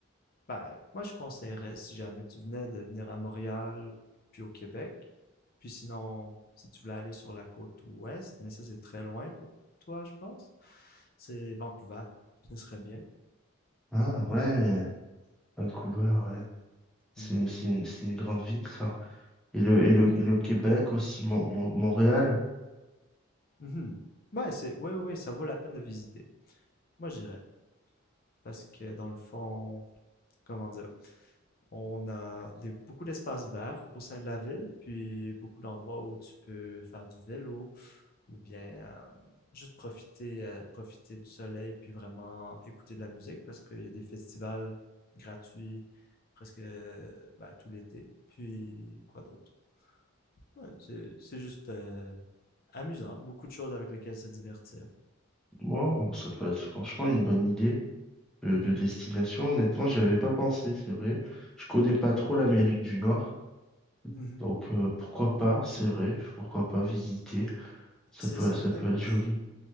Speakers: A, on the left; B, in the centre.
A: bah, moi, je conseillerais, si jamais tu venais, de venir à Montréal, puis au Québec. Puis sinon, si tu voulais aller sur la côte ouest, mais ça, c'est très loin pour toi, je pense. C'est Vancouver. Ce serait bien.
B: Ah ouais,
A: Mm.
B: Vancouver,
A: Mhm.
B: ouais. C'est,
A: Mhm.
B: c'est une, c'est une grande ville, ça. Et le, et le, et le Québec aussi, Mon- Mon- Montréal.
A: Mhm. Ouais, c'est, ouais, ouais, ouais, ça vaut la peine de visiter. Moi, j'irais. Parce que dans le fond, comment dire, on a des, beaucoup d'espaces verts au sein de la ville, puis beaucoup d'endroits où tu peux faire du vélo ou bien euh, juste profiter, euh, profiter du soleil, puis vraiment écouter de la musique parce qu'il y a des festivals gratuits presque euh, ben, tout l'été. Puis quoi d'autre? Ouais, c'est, c'est juste euh, amusant, beaucoup de choses avec lesquelles se divertir.
B: Wow, ça peut être franchement une bonne idée de,
A: Mhm.
B: de destination. Honnêtement, j'y avais pas pensé, c'est vrai. Je connais pas trop l'Amérique du Nord.
A: Mhm.
B: Donc euh, pourquoi pas, c'est vrai, pourquoi pas visiter. Ça
A: C'est
B: peut,
A: certain
B: ça peut
A: que
B: être joli.